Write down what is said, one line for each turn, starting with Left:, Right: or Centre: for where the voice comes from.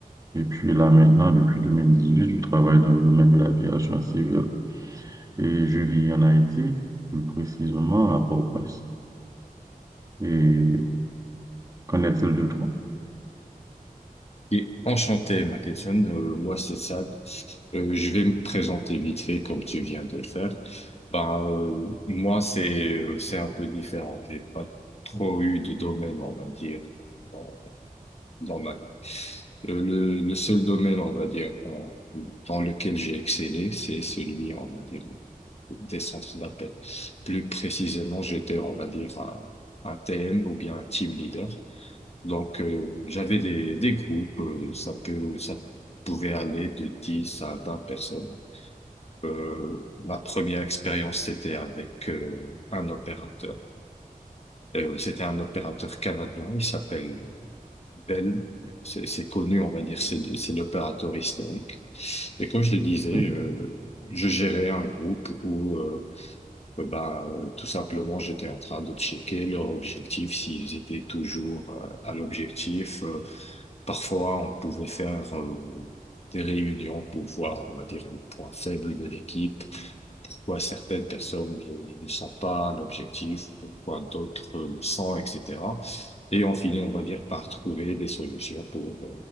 Right: Et puis là, maintenant, depuis 2018, je travaille dans le domaine de l'aviation civile. Et je vis en Haïti, plus précisément à Port-au-Prince. Et qu'en est-il de toi?
Left: Et enchanté, Mackinson. Euh, moi, c'est Sad. Euh, je vais me présenter vite fait comme tu viens de le faire. Ben, euh, moi, c'est euh, c'est un peu différent. J'ai pas trop eu de domaine, on va dire, dans, dans ma vie. Euh, le, le seul domaine, on va dire, en- dans lequel j'ai excellé, c'est celui, on va dire, des centres d'appel. Plus précisément, j'étais, on va dire, un, un TM ou bien un team leader. Donc, euh, j'avais des, des groupes, euh, ça peut, ça pouvait aller de 10 à 20 personnes. Euh, ma première expérience, c'était avec euh, un opérateur. Euh, c'était un opérateur canadien, il s'appelle Bell. C'est c'est connu, on va dire, c'est c'est l'opérateur historique. Et comme je le disais,
Right: Hein?
Left: je, je gérais un groupe où euh, euh, ben, euh, tout simplement, j'étais en train de checker leur objectif, s'ils étaient toujours euh, à l'objectif. Euh, Parfois, on pouvait faire euh, des réunions pour voir, on va dire, les points faibles de l'équipe, pourquoi certaines personnes ne ne sont pas à l'objectif, pourquoi d'autres euh, le sont, etc. Et on finit, on va dire, par trouver des solutions pour euh,